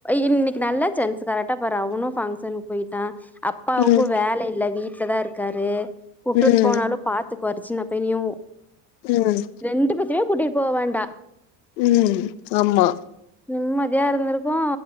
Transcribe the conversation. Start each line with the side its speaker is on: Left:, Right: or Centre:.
Centre: இன்னைக்கி நல்லா சான்ஸ் கரெக்டா பாரு அவனு பங்ஷனுக்கு போயிட்டா அப்பாவுக்கு
Left: ம்
Centre: வேல இல்ல வீட்ல தா இருக்காரு வுட்டுட்
Left: ம்
Centre: போனாலு பாத்துக்குவாரு சின்ன பையனையு
Left: ம்
Centre: ரெண்டு பேத்தமே கூட்டிட் போ வேண்டா
Left: ம் ஆமா
Centre: நம்மதியா இருந்திருக்கு